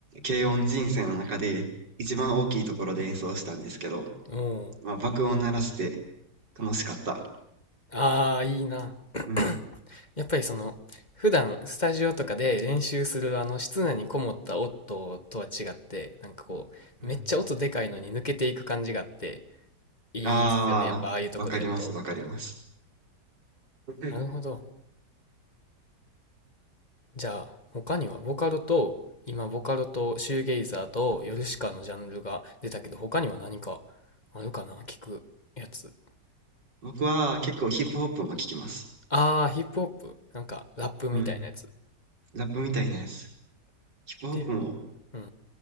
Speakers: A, on the right; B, on the left.
A: 軽音人生の中で、一番大きいところで演奏したんですけど、
B: ー、おー
A: まあ、爆音鳴らして楽しかった。
B: ああ、いいな。<clears throat>
A: うん。
B: やっぱりその、普段スタジオとかで練習するあの室内にこもった音とは違って、なんかこう、
A: うん。
B: めっちゃ音でかいのに抜けていく感じがあって、いいっすよね。
A: ああ、
B: やっぱああいうとこでやると。
A: わかります、わかります。うん
B: なるほど。じゃあ、他にはボカロと、今ボカロとシューゲイザーとヨルシカのジャンルが出たけど、他には何かあるかな聞くやつ。
A: 僕は結構ヒップホップも聞きます。
B: ああ、ヒップホップ。なんかラップみたいなやつ。
A: うん。ラップみたいなやつ。ヒップホップも
B: で、うん、